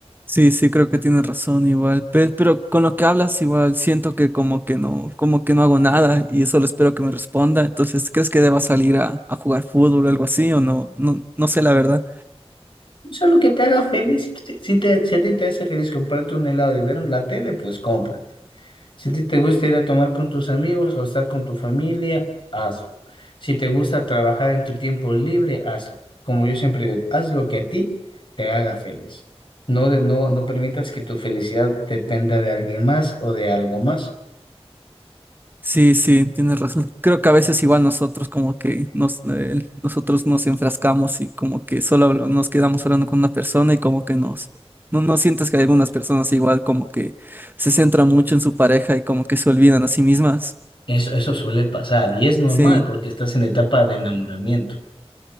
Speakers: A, on the right (about 20°); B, on the left (about 50°).
A: Sí, sí, creo que tienes razón igual, pero, pero con lo que hablas igual siento que como que no, como que no hago nada y solo espero que me responda, entonces, ¿crees que deba salir a, a jugar fútbol o algo así o no? No, no sé la verdad.
B: O sea, lo que te haga feliz, si, te, si te- si a ti te hace feliz comprarte un helado y ver un- la tele, pues cómprate. Si a ti te gusta ir a tomar con tus amigos o estar con tu familia, hazlo. Si te gusta trabajar en tu tiempo libre, hazlo. Como yo siempre digo, haz lo que a ti te haga feliz. No, de- no, no permitas que tu felicidad dependa de alguien más o de algo más.
A: Sí, sí, tienes razón. Creo que a veces igual nosotros como que nos, eh, nosotros nos enfrascamos y como que solo hablo- nos quedamos hablando con una persona y como que nos, no, no sientes que hay algunas personas igual como que se centran mucho en su pareja y como que se olvidan a sí mismas.
B: Eso, eso suele pasar y es normal
A: Sí,
B: porque estás en etapa de enamoramiento.